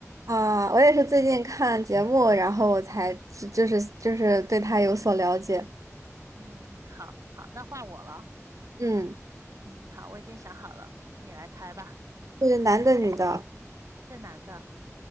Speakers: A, on the right; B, on the right.
A: 啊，我也是最近看节目，然后我才是就是就是对他有所了解，
B: 嗯，好好，那换我了。
A: 嗯，
B: 嗯，好，我已经想好了，你来猜吧。
A: 是男的女的，
B: 是男的，